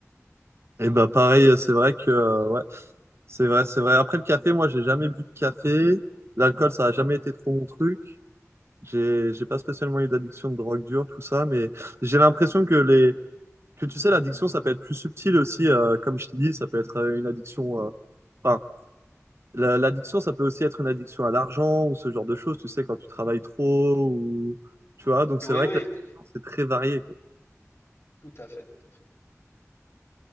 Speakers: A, on the left; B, on the right.
A: C'est-
B: Et ben pareil, euh, c'est vrai que euh, ouais, c'est vrai, c'est vrai. Après le café, moi j'ai jamais bu de café. L'alcool, ça a jamais été trop mon truc. J'ai j'ai pas spécialement eu d'addiction de drogue dure, tout ça, mais j'ai l'impression que les que tu sais, l'addiction, ça peut être plus subtil aussi, euh, comme je t'ai dit, ça peut être euh, une addiction. euh, Enfin, la- l'addiction, ça peut aussi être une addiction à l'argent ou ce genre de choses, tu sais, quand tu travailles trop ou tu vois. Donc
A: Oui,
B: c'est vrai
A: oui,
B: que l'addiction,
A: t-
B: c'est très varié, quoi.
A: tout à fait, tout à fait.